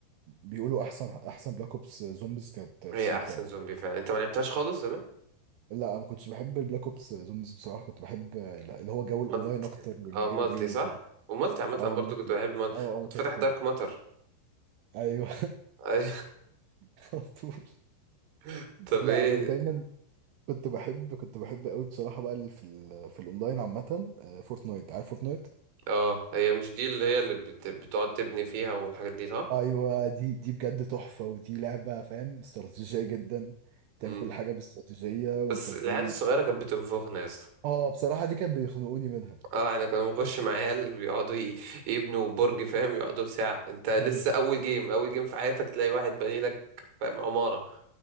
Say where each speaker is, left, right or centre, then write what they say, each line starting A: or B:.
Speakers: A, on the right; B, on the right.
A: بيقولوا احسن احسن بلاك اوبس زومبيز كانت 3
B: هي احسن
A: فعلا
B: زومبي فعلا انت ما لعبتهاش خالص زمان
A: لا ما كنتش بحب البلاك اوبس زومز بصراحه كنت بحب لا، اللي هو جو الاونلاين
B: مالتي
A: اكتر والجيم
B: اه مالتي
A: بلاي
B: صح
A: وكده
B: ومالتي عامه
A: اه
B: أنا
A: اه
B: برضو
A: مالتي
B: كنت بحب مالتي
A: اه
B: كنت
A: اه كده
B: فاتح
A: كده
B: دارك ماتر
A: ايوه
B: اي
A: <laughs> على طول
B: <laughs> طب
A: لا
B: ايه
A: انا دايما كنت بحب كنت بحب قوي بصراحه بقى ال- في ال في الاونلاين عامه آه، فورتنايت عارف فورتنايت
B: اه هي مش دي اللي هي اللي بت... بتقعد تبني فيها والحاجات دي صح
A: ايوه دي دي بجد تحفه ودي لعبه فاهم استراتيجيه جدا بتعمل
B: مم.
A: كل حاجه باستراتيجيه وانت
B: بس
A: ازاي
B: العيال الصغيره كانت بتنفخنا يا اسطى
A: اه بصراحه دي كان بيخنقوني منها
B: اه احنا كنا بنخش مع عيال بيقعدوا ي... يبنوا برج فاهم يقعدوا ساعه انت لسه
A: <laughs> ايوه
B: اول جيم اول جيم في حياتك تلاقي واحد بني لك فاهم عماره